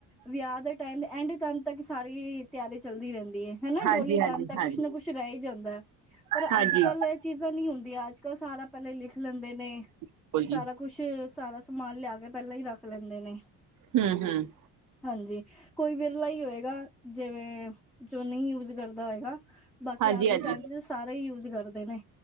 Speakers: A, in the centre; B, on the right.
A: ਵਿਆਹ ਦੇ ਟਾਈਮ ਐਂਡ ਟਮ ਤੱਕ ਸਾਰੀ ਤਿਆਰੀ ਚੱਲਦੀ ਰਹਿੰਦੀ ਹੈ। ਹਨਾ
B: ਹਾਂਜੀ
A: ਡੋਲੀ ਟਾਈਮ
B: ਹਾਂਜੀ
A: ਤਾਂ
B: ਹਾਂਜੀ
A: ਕੁਛ ਨਾ ਕੁਛ ਰਹਿ ਹੀ ਜਾਂਦਾ, ਪਰ
B: ਹਾਂਜੀ
A: ਅੱਜ ਕੱਲ
B: ਹਾਂਜੀ,
A: ਚੀਜ਼ਾਂ ਨੀ ਹੁੰਦੀਆਂ ਅੱਜ ਕੱਲ ਸਾਰਾ ਪਹਿਲੇ ਲਿਖ ਲੈਂਦੇ ਨੇ
B: ਬਿਲਕੁਲ ਜੀ
A: ਸਾਰਾ ਕੁਛ ਸਾਰਾ ਸਮਾਨ ਲਿਆ ਕੇ ਪਹਿਲਾਂ ਹੀ ਰੱਖ ਲੈਂਦੇ ਨੇ।
B: ਹਮ ਹਮ
A: ਹਾਂਜੀ, ਕੋਈ ਵਿਰਲਾ ਹੀ ਹੋਏਗਾ ਜਿਵੇਂ ਜੋ ਨਹੀਂ ਯੂਜ ਕਰਦਾ ਹੋਏਗਾ। ਬਾਕੀ
B: ਹਾਂਜੀ
A: ਅੱਜ ਦੇ
B: ਹਾਂਜੀ
A: ਟਾਈਮ ਚ ਸਾਰੇ ਹੀ ਯੂਜ ਕਰਦੇ ਨੇ।